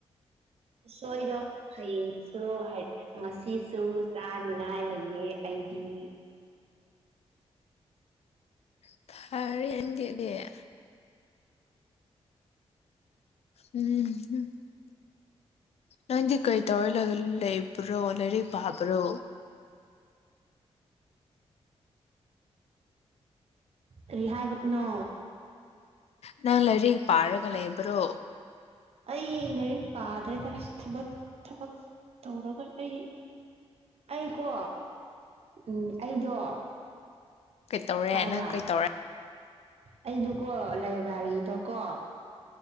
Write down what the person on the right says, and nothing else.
ꯎꯁꯣꯏꯗꯣ ꯍꯌꯦꯡꯁꯨ ꯉꯁꯤꯁꯨ ꯆꯥꯅꯤꯡꯉꯥꯏ ꯂꯩꯌꯦ ꯑꯩꯗꯤ
ꯀꯔꯤ ꯍꯥꯏꯕꯅꯣ
ꯑꯩꯩꯂꯥꯏꯔꯤꯛ ꯄꯥꯗ꯭ꯔꯦꯗ ꯊꯕꯛ ꯊꯕꯛ ꯇꯧꯔꯒ ꯑꯩ ꯑꯩꯀꯣ ꯎꯝ ꯑꯩꯗꯣ
ꯇꯥꯕ꯭ꯔꯥ
ꯑꯩꯗꯣꯀꯣ ꯂꯥꯏꯔꯥꯔꯤꯗ ꯀꯣ